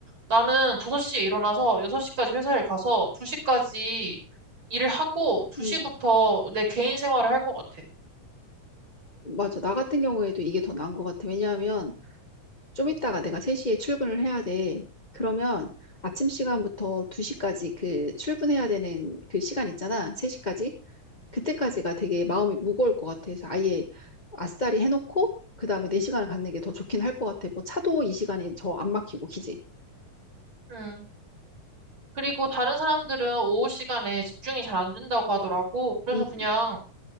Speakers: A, on the right (about 40°); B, on the left (about 40°).
A: 나는 5시에 일어나서 6시까지 회사를 가서 2시까지 일을 하고 2시부터
B: 응.
A: 내 개인 생활을 할 것 같아.
B: 맞아. 나 같은 경우에도 이게 더 나은 것 같아. 왜냐하면 좀 이따가 내가 3시에 출근을 해야 돼. 그러면 아침 시간부터 2시까지 그 출근해야 되는 그 시간 있잖아. 3시까지. 그때까지가 되게 마음이 무거울 것 같아서 아예 아싸리 해놓고 그다음에 4시간을 갖는 게 더 좋긴 할 것 같아. 뭐 차도 이 시간이 더 안 막히고, 그지?
A: 음. 그리고 다른 사람들은 오후 시간에 집중이 잘 안 된다고 하더라고. 그래서
B: 응,
A: 그냥